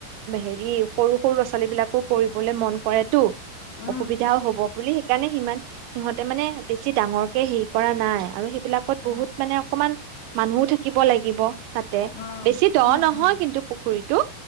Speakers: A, on the right; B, on the left.
A: হেৰি সৰু সৰু ল'ৰা ছোৱালী বিলাকো কৰিবলে মন কৰে টো
B: উম
A: অসুবিধাও হ'ব বুলিক সেইকাৰণে সিমান সিহঁতে মানে বেছি ডাঙৰকে হেৰি কৰা নাই আৰু হিপ বিলাকত
B: উম
A: বহুত মানে অক অকমান মানুহও থাকিব লাগিব তাতে
B: অ
A: বেছি দ
B: উম
A: নহয়
B: উম
A: কিন্তু পুখুৰীটো